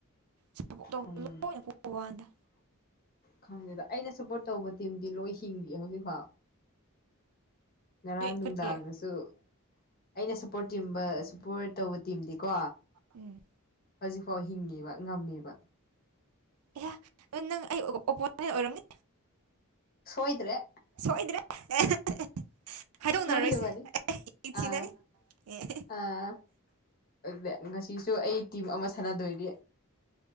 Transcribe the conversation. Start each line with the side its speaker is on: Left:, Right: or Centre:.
Right: <inaudible>
Left: ꯎꯝ
Right: ꯂꯣꯏꯅ ꯄꯣꯛꯎ ꯋꯥꯥꯟꯗ
Left: ꯈꯪꯗꯦꯗ ꯑꯩꯅ ꯁꯞꯄꯣꯠ ꯇꯧꯕ ꯇꯤꯝꯗꯤ ꯂꯣꯏ ꯍꯤꯡꯂꯤ ꯍꯧꯖꯤꯛꯐꯥꯎ ꯉꯔꯥꯡ
Right: ꯅꯣꯏ
Left: ꯅꯨꯡꯗꯥꯡꯗꯁꯨ
Right: ꯀꯔꯤ
Left: ꯑꯩꯅ ꯁꯞꯄꯣꯔꯠ ꯇꯤꯝꯕ ꯁꯞꯄꯣꯔꯠ ꯇꯧꯕ ꯇꯤꯝꯗꯤꯀꯣ
Right: ꯎꯝ
Left: ꯍꯧꯖꯤꯛꯐꯥꯎ ꯍꯤꯡꯉꯤꯕ ꯉꯝꯃꯤꯕ
Right: ꯑꯦꯍꯥ ꯅꯪ ꯑꯩ ꯑꯣꯄꯣꯅꯦꯟ ꯑꯣꯏꯔꯝꯅꯤ
Left: ꯁꯣꯏꯗ꯭ꯔꯦ
Right: ꯁꯣꯏꯗ꯭ꯔꯦ ꯑꯦ ꯍꯥꯏꯗꯣꯛꯅꯔꯣꯏꯁꯦ
Left: ꯁꯣꯏꯗꯕꯅꯤ
Right: ꯑꯦ
Left: ꯑꯥ
Right: ꯊꯤꯅꯅꯤ ꯑꯦ
Left: ꯑꯥ ꯑꯗꯨꯗꯤ ꯉꯁꯤꯁꯨ ꯑꯩ ꯇꯤꯝ ꯑꯃ ꯁꯥꯟꯅꯗꯣꯏꯅꯤ